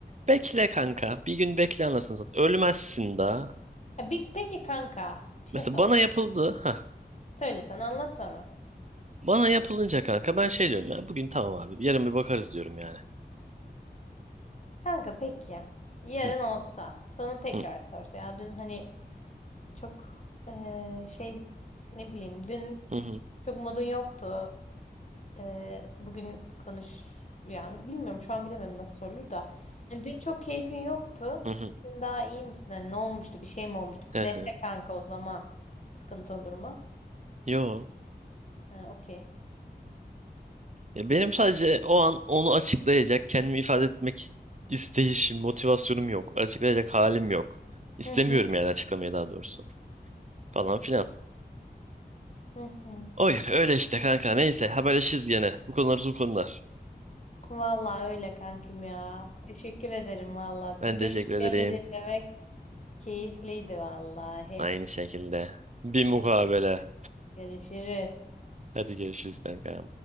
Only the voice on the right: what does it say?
Bekle kanka. Bir gün bekle anasını satayım. Ölmezsin daha.
Mesela
bana yapıldı. Ha.
Bana yapılınca kanka ben şey diyorum ya. Bugün tamam abi. Yarın bir bakarız diyorum yani.
Hı
hı
hı hı
hı hı.
hı
hı.
Yo.
Ya benim sadece o an onu açıklayacak, kendimi ifade etmek isteyişim, motivasyonum yok. Açıklayacak halim yok. İstemiyorum
yani açıklamayı daha doğrusu. Falan filan.
Oy öyle işte kanka neyse haberleşiriz gene. Bu konular uzun konular.
Ben
teşekkür ederim.
Aynı şekilde. Bir
mukabele.
Hadi görüşürüz kanka.